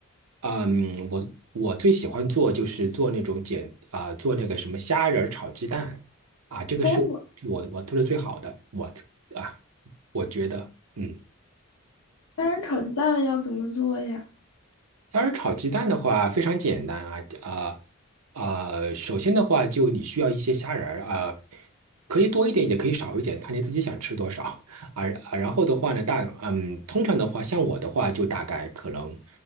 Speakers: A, on the right; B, on the left.
A: 嗯，我我最喜欢做就是做那种简啊，做那个什么虾仁儿炒鸡蛋啊，这个是我我做的最好的，
B: 哦，
A: 我啊，我觉得嗯。
B: 虾仁炒鸡蛋要怎么做呀？
A: 要是炒鸡蛋的话，非常简单啊，呃呃，首先的话，就你需要一些虾仁儿啊、可以多一点，也可以少一点，看你自己想吃多少啊啊。然后的话呢，大嗯，通常的话，像我的话，就大概可能